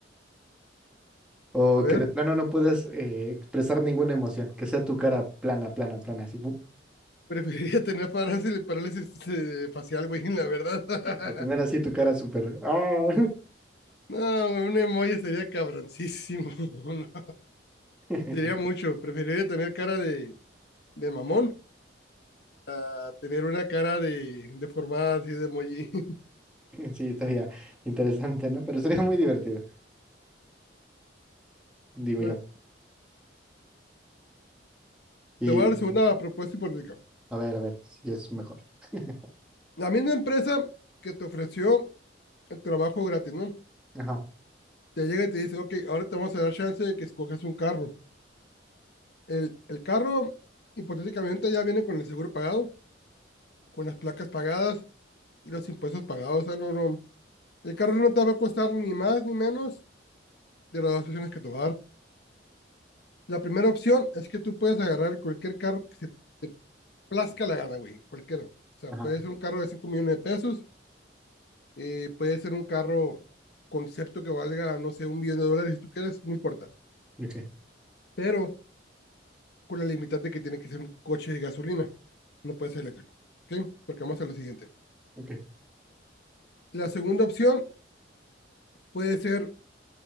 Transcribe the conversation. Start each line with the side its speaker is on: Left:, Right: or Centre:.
Centre: o
Left: a ver.
Centre: que de plano no puedas eh, expresar ninguna emoción, que sea tu cara plana, plana, plana, así, ¡pum!
Left: Preferiría tener parálisis, parálisis, eh, facial, güey, la verdad. <laughs>
Centre: a tener así tu cara súper, ¡ah!
Left: No, güey, un emoji sería cabroncísimo. <laughs> no,
Centre: <laughs>
Left: sería mucho. Preferiría tener cara de, de mamón a tener una cara de deformada así de emoji. <laughs>
Centre: Sí, estaría interesante, ¿no? Pero sería muy divertido, digo
Left: Bueno,
Centre: yo. Y
Left: te voy a dar una propuesta hipotética.
Centre: a ver, a ver, si es mejor. <laughs>
Left: La misma empresa que te ofreció el trabajo gratis, ¿no?
Centre: Ajá,
Left: Te llega y te dice, ok, ahora te vamos a dar chance de que escoges un carro. El, el carro, hipotéticamente, ya viene con el seguro pagado, con las placas pagadas y los impuestos pagados. O sea, no, no. El carro no te va a costar ni más ni menos de las dos opciones que te va a dar. La primera opción es que tú puedes agarrar cualquier carro que se te plazca la gana, güey, cualquiera. O sea,
Centre: ajá,
Left: puede ser un carro de 5 millones de pesos, eh, puede ser un carro concepto que valga, no sé, un millón de dólares, si tú quieres, no importa.
Centre: ok,
Left: Pero con la limitante que tiene que ser un coche de gasolina, no puede ser eléctrico. ¿Ok? Porque vamos a lo siguiente.
Centre: ok.
Left: La segunda opción puede ser